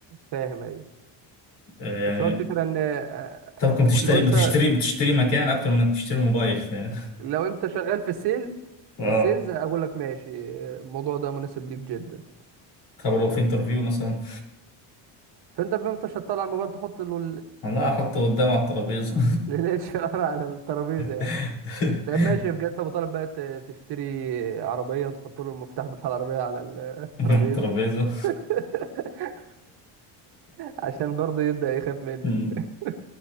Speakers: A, on the right; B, on the left.
A: فاهم ايوه
B: آه،
A: بس
B: يعني
A: هو الفكرة ان آه،
B: طب ممكن بتشتري
A: لو انت
B: بتشتري بتشتري مكان اكتر من انك تشتري موبايل فاهم <laughs>
A: لو انت شغال في السيل
B: اه
A: في السيلز اقول لك ماشي آه، الموضوع ده مناسب ليك جدا
B: طب لو في انترفيو مثلا
A: فانت الفيلم انت مش هتطلع الموبايل تحط له
B: والله احطه قدام على الترابيزة
A: الاتش ار <laughs> على الترابيزة يعني
B: <laughs>
A: طب ماشي بجد ابو طالب بقى ت- تشتري عربية وتحط له المفتاح بتاع العربية على ال- الترابيزة
B: <laughs> الترابيزة
A: <laughs> عشان برضه يبدأ يخاف منك
B: أمم،
A: <laughs>